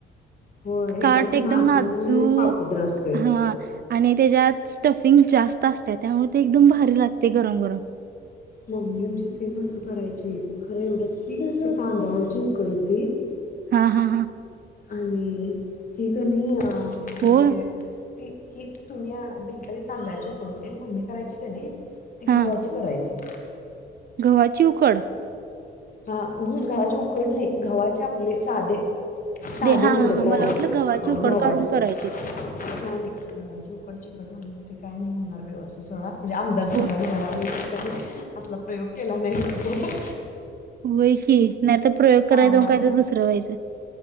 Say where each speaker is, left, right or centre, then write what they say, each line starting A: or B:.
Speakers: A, on the left (about 45°); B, on the right (about 50°).
A: होय
B: काट
A: असं
B: एकदम नाजूक,
A: पापुद्रा असतोय
B: हा आणि त्याच्यात स्टफिंग जास्त असतय त्यामुळे, ते एकदम भारी लागतय गरम गरम.
A: मम्मी आमची सेम असं, करायची खरं एवढंच की, तांदळाची उकड होती.
B: हा हा.
A: आणि ती कणी. हा, म्हणजे.
B: होय
A: ती ही तुम्ही दिलता ही तांदळाची उकड होते. मम्मी करायची कणी. ती गव्हाची
B: हा
A: करायची.
B: गव्हाची उकड.
A: हा म गव्हाचे उकड नाही, गव्हाचे आपले साधे. साधे
B: हा
A: मोदक
B: हा मला
A: ओ
B: वाटलं गव्हाची उकड
A: गव्हाचे,
B: काढून करायची
A: नाही, नाही गव्हाचे उकडचे. ते काय नाही होणार व्यवस्थित सोळा. म्हणजे अंदाज सांगा
B: होय
A: तुम्हाला मी. असला प्रयोग केला नाही विचित्र त.
B: होय की. नाही त प्रयोग
A: तांदळाचे
B: करायचा म्हणू काय तर दुसरं व्हायचं